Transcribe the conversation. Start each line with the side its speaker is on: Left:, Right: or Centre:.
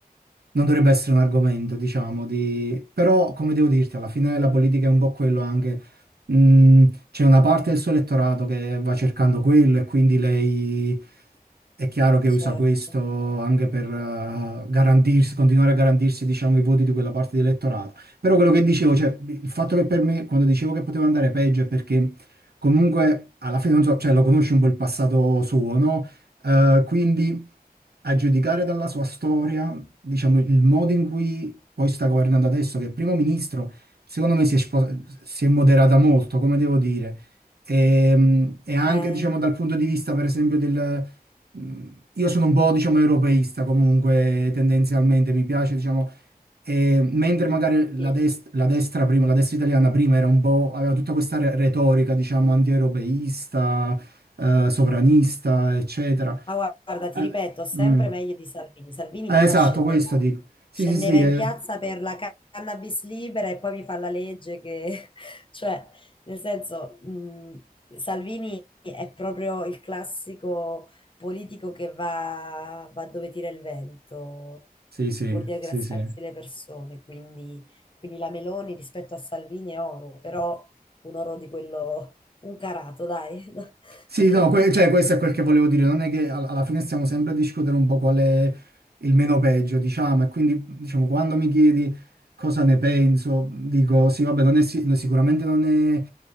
Right: non dovrebbe essere un argomento, diciamo, di... però come devo dirti, alla fine la politica è un po' quello anche, Mm, c'è una parte del suo elettorato che va cercando quello e quindi lei è chiaro che
Left: Certo.
Right: usa questo anche per eh, garantirsi, continuare a garantirsi, diciamo, i voti di quella parte di elettorato. Però quello che dicevo, cioè, il fatto che per me, quando dicevo che poteva andare peggio è perché comunque alla fine, non so, cioè, lo conosci un po' il passato suo, no? Eh, quindi a giudicare dalla sua storia, diciamo, il modo in cui poi sta governando adesso, che è primo ministro, secondo me si è, spo- si è moderata molto, come devo dire. E, e anche,
Left: Eh,
Right: diciamo, dal punto di vista, per esempio, del... mh, Io sono un po', diciamo, europeista comunque, tendenzialmente, mi piace, diciamo, e mentre magari
Left: sì.
Right: la, dest- la destra prima, la destra italiana prima era un po', aveva tutta questa re- retorica, diciamo, anti-europeista, eh, sovranista, eccetera.
Left: Ma guarda, ti
Right: Al-
Left: ripeto, sempre
Right: Mm.
Left: meglio di Salvini. Salvini
Right: Eh,
Left: prima
Right: esatto,
Left: scendeva,
Right: questo dico. Sì,
Left: scendeva
Right: sì, sì,
Left: in
Right: eh.
Left: piazza per la ca- cannabis libera e poi mi fa la legge che, <laughs> cioè, nel senso, mh, Salvini è proprio il classico politico che va, va dove tira il vento
Right: Sì, sì,
Left: pur di aggraziarsi
Right: sì, sì.
Left: le persone. Quindi, quindi la Meloni rispetto a Salvini è oro, però un oro di quello, un carato, dai. <laughs>
Right: Sì, no, que- cioè, questo è quel che volevo dire. Non è che al- alla fine stiamo sempre a discutere un po' qual è il meno peggio, diciamo. E quindi, diciamo, quando mi chiedi cosa ne penso, dico sì, vabbè, non è si- no, sicuramente non è.